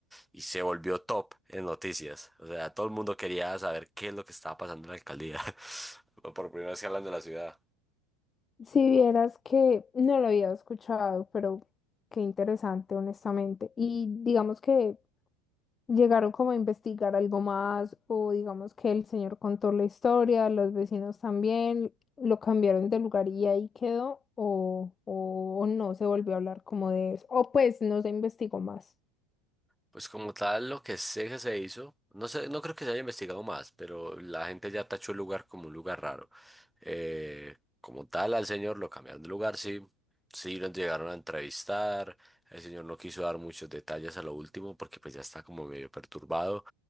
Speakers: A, in the centre; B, on the left (about 25°).
A: y se volvió top en noticias. O sea, todo el mundo quería saber qué es lo que estaba pasando en la alcaldía. <laughs> Por primera vez que hablan de la ciudad.
B: Si vieras que no lo había escuchado, pero qué interesante, honestamente. Y digamos que Llegaron como a investigar algo más o digamos que el señor contó la historia, los vecinos también, lo cambiaron de lugar y ahí quedó o, o, o no se volvió a hablar como de eso o pues no se investigó más.
A: Pues como tal, lo que sé que se hizo, no sé, no creo que se haya investigado más, pero la gente ya tachó el lugar como un lugar raro. Eh, como tal, al señor lo cambiaron de lugar, sí, sí lo llegaron a entrevistar, el señor no quiso dar muchos detalles a lo último porque pues ya está como medio perturbado.